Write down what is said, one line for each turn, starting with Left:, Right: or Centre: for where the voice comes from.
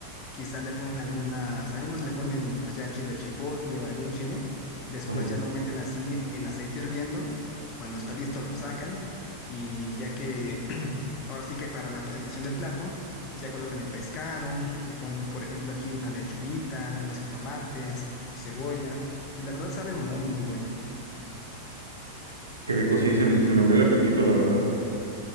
Left: Quizás le ponen algunas, algunos le ponen pues ya chile chipotle o algún chile. Después
Right: ajá.
Left: ya lo meten así en aceite hirviendo. Cuando está listo, lo sacan. Y ya que, <clears throat> ahora sí que para la presentación del plato, ya colocan el pescado, le ponen, por ejemplo, aquí una lechuguita, algunos jitomates, cebolla. Y la verdad sabe muy, muy bueno.
Right: Qué rico, sí, se me, se me abrió el apetito, la verdad.